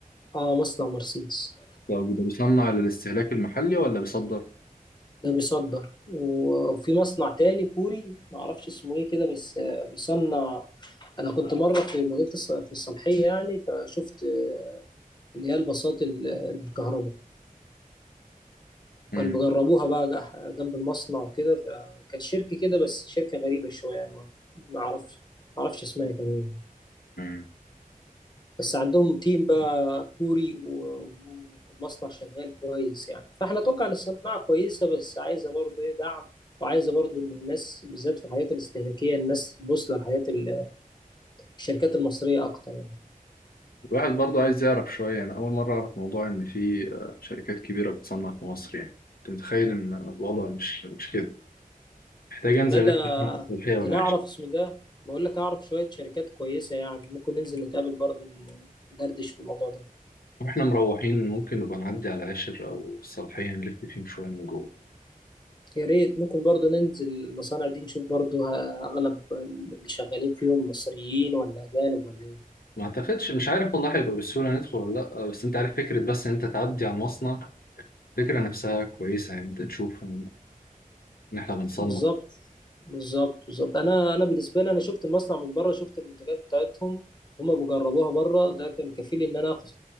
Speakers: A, on the left; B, on the left.
A: اه مصنع مرسيدس
B: لو بده بيصنع للاستهلاك المحلي ولا بيصدر
A: ده بيصدر وفي مصنع تاني كوري ما اعرفش اسمه ايه كده بس آه، بيصنع انا كنت مره في مدينه الص- في الصالحيه يعني فشفت آه، اللي هي الباصات ال- بالكهرباء
B: امم
A: كان بيجربوها بقى جح- جنب المصنع وكده فكان شركه كده بس شركه غريبه شويه يعني ما ما اعرفش ما اعرفش اسمها كان ايه
B: امم
A: بس عندهم تيم بقى كوري و- و- والمصنع شغال كويس يعني فاحنا اتوقع ان الصناعه كويسه بس عايزه برضه ايه دعم وعايزه برضه ان الناس بالذات في الحاجات الاستهلاكيه الناس تبص للحاجات ال- الشركات المصريه اكتر يعني
B: الواحد برضو عايز يعرف شوية أنا أول مرة أعرف موضوع إن في آه، شركات كبيرة بتصنع في مصر يعني كنت متخيل إن الوضع مش مش كده محتاج أنزل
A: ده ده
B: ألف في الصالحية والعاشر
A: ده انا اعرف اسم ده بقول لك اعرف شويه شركات كويسه يعني ممكن ننزل نتقابل برضه ن- ندردش في الموضوع ده
B: وإحنا مروحين ممكن نبقى نعدي على العاشر أو الصالحية نلف فيهم شوية من جوه
A: يا ريت ممكن برضه ننزل المصانع دي نشوف برضه ه- اغلب اللي شغالين فيهم مصريين ولا اجانب ولا ايه
B: ما أعتقدش مش عارف والله هيبقى بالسهولة ندخل ولا لأ آه، بس أنت عارف فكرة بس إن أنت تعدي على المصنع الفكرة نفسها كويسة يعني أنت تشوف إن إن إحنا بنصنع
A: بالظبط بالظبط بالظبط انا انا بالنسبه لي انا شفت المصنع من بره شفت المنتجات بتاعتهم هما بيجربوها بره ده كان كفيل ان انا اخد